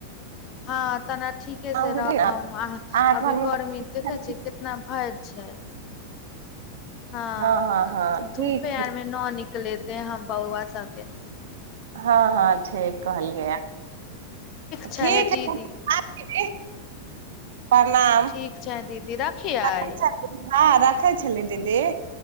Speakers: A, on the left (about 35°); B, on the right (about 60°).
A: हँ त। ठीके
B: हम
A: से
B: तऽ
A: रखब
B: छै ने
A: अ
B: अहाँ
A: अभी
B: घरमे सब
A: गर्मी देखे छी कितना भरि। छै। ह
B: हँ हँ हँ
A: धूपे
B: ठीक छै
A: आर मे न निकले। देह हम बौआ सके।
B: हँ हँ ठिक कहैलीय ह
A: छै
B: ठीक
A: हे
B: है।
A: दीदी
B: प्रणाम
A: ठीक छै दीदी रखियै
B: रखै छल हँ रखै छली दीदी।